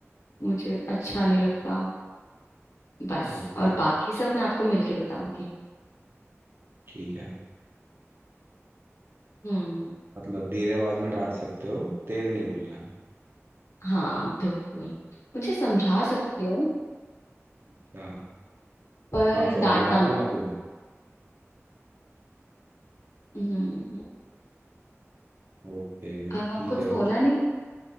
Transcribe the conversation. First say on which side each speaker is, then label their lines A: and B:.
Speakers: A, on the left; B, on the right.
A: मुझे अच्छा
B: ठीक
A: नहीं लगता
B: है
A: बस
B: ओके
A: और बाकी सब मैं आपको मिलके बताऊंगी
B: ठीक है
A: हम्म
B: मतलब धीरे आवाज में डांट सकते हो तेज नहीं बोलना है
A: हाँ बिल्कुल मुझे समझा सकते हो
B: अच्छा
A: पर
B: हाँ सॉरी
A: डांटना
B: डांटूंगा
A: मत
B: क्यों नहीं?
A: हम्म
B: ओके ठीक
A: अब आपको
B: है
A: सोना
B: फिर
A: नहीं